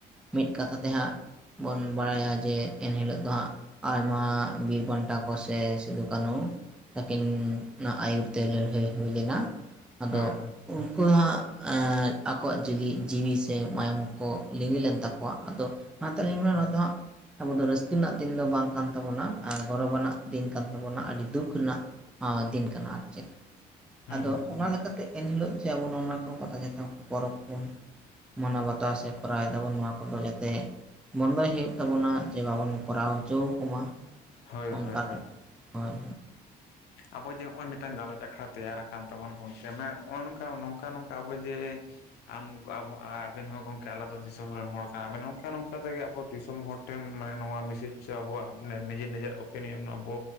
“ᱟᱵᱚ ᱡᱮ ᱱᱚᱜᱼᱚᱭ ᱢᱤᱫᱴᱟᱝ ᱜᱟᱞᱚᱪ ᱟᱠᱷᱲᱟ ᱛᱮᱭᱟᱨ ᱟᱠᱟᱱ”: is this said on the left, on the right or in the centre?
Left